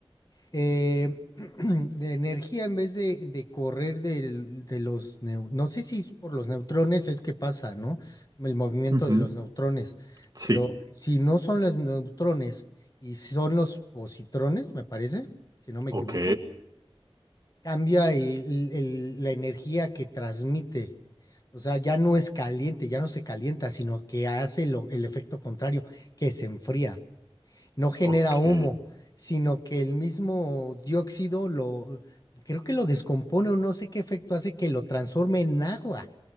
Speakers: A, on the left; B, on the right.
A: Eh, <clears throat> de energía en vez de, de correr del- de los, neu- no sé si es por los neutrones es que pasa, ¿no? El movimiento
B: Ujú,
A: de los neutrones,
B: Sí,
A: pero si no son los neutrones y son los positrones, me parece, si no me
B: ok.
A: equivoco, cambia el- el- la energía que transmite. O sea, ya no es caliente, ya no se calienta, sino que hace lo- el efecto contrario, que se enfría. no genera
B: Ok.
A: humo, sino que el mismo dióxido lo, creo que lo descompone o no sé qué efecto hace que lo transforme en agua.